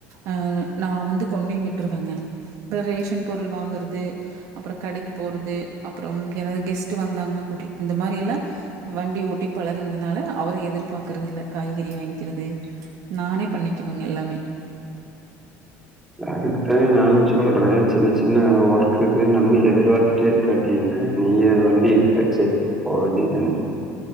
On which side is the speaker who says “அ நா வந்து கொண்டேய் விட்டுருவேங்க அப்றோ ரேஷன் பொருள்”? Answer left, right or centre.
Right